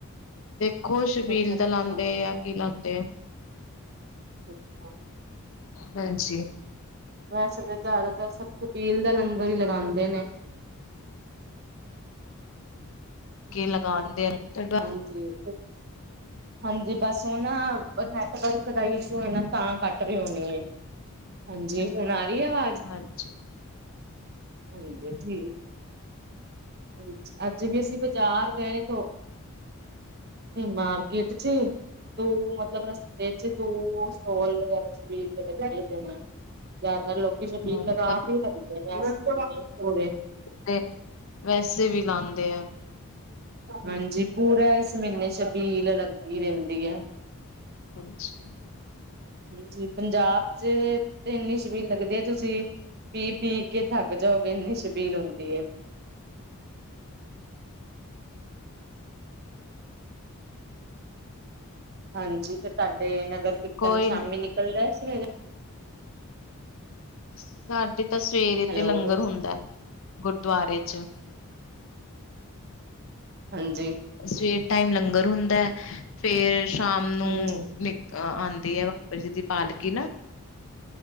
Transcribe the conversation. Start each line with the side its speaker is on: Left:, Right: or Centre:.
Left: ਦੇਖੋ ਸ਼ਬੀਲ
Right: ਅੱਛਾ ਅੱਛਾ
Left: ਦਾ ਲਾਉਂਦੇ ਜਾਂ ਕੀ ਲਾਉਂਦੇ ਆ।
Right: ਅੱਛਾ।
Left: ਵੈਨਸੀ।
Right: ਵੈਸੇ ਤਾਂ ਜ਼ਿਆਦਾਤਰ ਸਭ ਛਬੀਲ ਦਾ ਲੰਗਰ ਹੀ ਲਗਾਉਂਦੇ ਨੇ।
Left: ਕੇ ਲਗਾਉਂਦੇ ਆ।
Right: <unintelligible> ਹਾਂਜੀ ਬਸ ਉਹ ਨਾ, ਨੈਟਵਰਕ ਦਾ ਇਸ਼ੂ ਹੈ ਨਾ ਤਾਂ ਕੱਟ ਰਹੇ ਹੋਣੀ। ਹਾਂਜੀ ਹੁਣ ਆ ਰਹੀ ਆਵਾਜ਼,
Left: ਹਾਂਜੀ
Right: ਹਾਂਜੀ ਠੀਕ। ਅ ਅੱਜ ਵੀ ਅਸੀਂ ਬਾਜ਼ਾਰ ਗਏ ਤੋਂ ਮਾਰਕਿਟ 'ਚ ਦੋ ਮਤਲਬ ਰਸਤੇ 'ਚ ਦੋ ਸਟੋਲ ਵਗੈਰਾ ਸਵੀਲ ਦੇ ਲਗਾਏ ਹੋਏ ਨੇ। ਜ਼ਿਆਦਾਤਰ ਲੋਕੀ ਛਬੀਲ
Left: ਹਾਂ।
Right: ਲਗਾ ਕੇ ਲੱਗਦੇ ਨੇ, <unintelligible>
Left: ਤੇ, ਵੈਸੇ ਵੀ ਲਾਉਂਦੇ ਆ।
Right: ਹਾਂਜੀ ਪੂਰਾ ਇਸ ਮਹੀਨੇ ਛਬੀਲ ਲੱਗੀ ਰਹਿੰਦੀ ਹੈ।
Left: ਹਾਂਜੀ।
Right: ਜੀ ਪੰਜਾਬ ਚ ਤੇ ਇੰਨੀ ਸ਼ਬੀਰ ਲੱਗਦੀ ਹੈ, ਤੁਸੀਂ? ਪੀ-ਪੀ ਕੇ ਥੱਕ ਜਾਓਗੇ ਇੰਨੀ ਸ਼ਬੀਲ ਹੁੰਦੀ ਏ। ਹਾਂਜੀ ਤੇ ਤੁਹਾਡੇ ਨਗਰ ਕੀਰਤਨ
Left: ਕੋਈ
Right: ਸ਼ਾਮੀ
Left: ਨੀ
Right: ਨਿਕਲ ਰਿਹਾ ਸੀਗਾ।
Left: ਸਾਡੇ ਤਾਂ ਸਵੇਰੇ
Right: ਹੈਲੋ
Left: ਤੇ ਲੰਗਰ ਹੁੰਦਾ ਗੁਰਦੁਆਰੇ 'ਚ।
Right: ਹਾਂਜੀ।
Left: ਸਵੇਰ ਟਾਈਮ ਲੰਗਰ ਹੁੰਦਾ, ਫੇਰ ਸ਼ਾਮ ਨੂੰ
Right: ਹਾਂਜੀ
Left: ਨਿਕ ਆਉਂਦੀ ਹੈ ਬਾਬਾ ਜੀ ਦੀ ਪਾਲਕੀ।